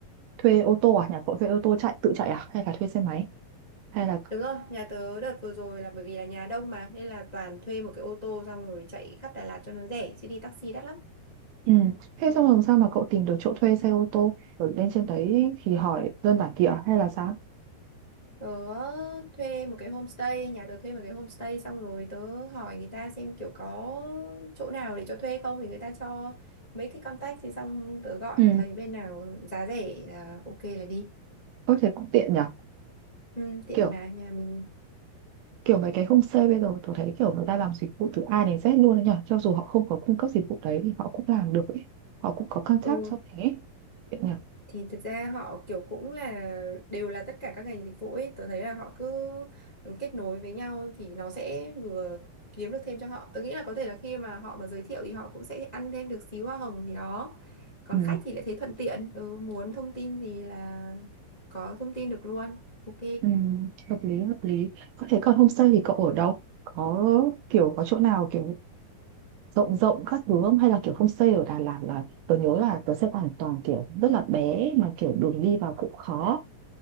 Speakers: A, on the right; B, on the left.
A: thuê ô tô à nhà cậu thuê ô tô chạy tự chạy à hay là thuê xe máy hay là
B: đúng rồi nhà tớ đợt vừa rồi là bởi vì là nhà đông mà nên là toàn thuê một cái ô tô xong rồi chạy khắp Đà Lạt cho nó rẻ chứ đi taxi đắt lắm
A: ừ. thế xong làm sao mà cậu tìm được chỗ thuê xe ô tô rồi lên trên đấy thì hỏi dân bản địa hay là sao
B: Tớ thuê một cái homestay, nhà tớ thuê một cái homestay xong rồi tớ hỏi người ta xem kiểu có chỗ nào để cho thuê không thì người ta cho mấy cái contact thì xong tớ gọi
A: ừ
B: thấy bên nào giá rẻ là ok là đi.
A: có thể cũng tiện nhỉ
B: Ừ, tiện
A: kiểu
B: mà nhà mình.
A: kiểu mấy cái homestay bây giờ tôi thấy kiểu người ta làm dịch vụ từ A đến Z luôn đấy nhở cho dù họ không có cung cấp dịch vụ đấy thì họ cũng làm được ấy họ cũng có contact
B: Ừ
A: cho mình ấy Vậy nhở
B: thì thật ra họ kiểu cũng là đều là tất cả các ngành dịch vụ ấy tôi thấy là họ cứ kết nối với nhau thì nó sẽ vừa kiếm được thêm cho họ tôi nghĩ là có thể là khi mà họ mà giới thiệu thì họ cũng sẽ ăn thêm được xíu hoa hồng gì đó còn
A: ừ.
B: khách thì lại thấy thuận tiện ừ, muốn thông tin gì là có thông tin được luôn ok
A: ừ. hợp lý hợp lý có thể còn homestay thì cậu ở đâu có kiểu có chỗ nào kiểu rộng rộng các thứ không hay là kiểu homestay ở Đà Lạt là tôi nhớ là tôi xem hoàn toàn kiểu rất là bé mà kiểu đường đi vào cũng khó